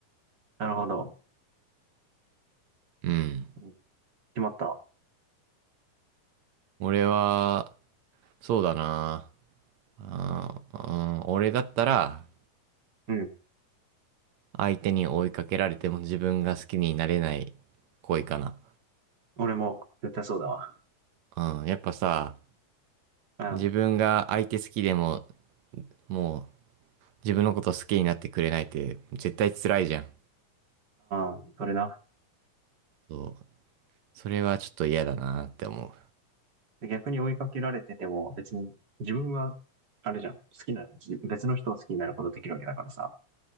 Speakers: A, on the right; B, on the right.
A: なるほど。
B: うん。
A: うん、決まった。
B: 俺は、そうだな。あーうん、俺だったら、
A: うん。
B: 相手に追いかけられても自分が好きになれない恋かな。
A: 俺も絶対そうだわ。
B: うん、やっぱさ、
A: うん。
B: 自分が相手好きでも、もう自分のこと好きになってくれないって絶対辛いじゃん。
A: ああ、それな。
B: そう。それはちょっと嫌だなって思う。
A: で逆に追いかけられてても、別に自分は、あれじゃん、好きな、じ別の人を好きになることできるわけだからさ。